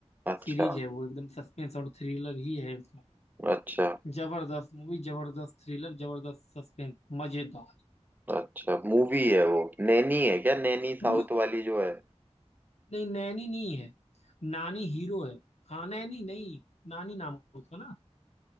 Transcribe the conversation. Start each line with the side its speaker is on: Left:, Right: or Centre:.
Right: अच्छा
Left: सीरीज है वो एकदम सस्पेंस और थ्रिलर ही है उसमें
Right: अच्छा
Left: जबरदस्त मूवी जबरदस्त थ्रिलर जबरदस्त सस्पेंस मजेदार
Right: अच्छा मूवी है वो नैनी है क्या नैनी
Left: मूवी
Right: साउथ वाली जो है
Left: नहीं नैनी नहीं है नानी हीरो है हाँ नैनी नहीं नानी नाम है उसका ना